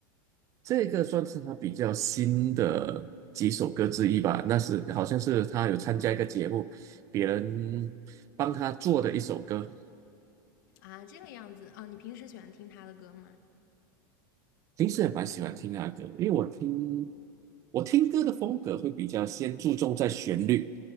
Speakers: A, on the right; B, on the left.
A: 这个算是他比较新的几首歌之一吧。那是好像是他有参加一个节目，别人帮他做的一首歌。
B: 啊，这个样子啊，你平时喜欢听他的歌吗？
A: 平时也蛮喜欢听他的歌，因为我听我听歌的风格会比较先注重在旋律，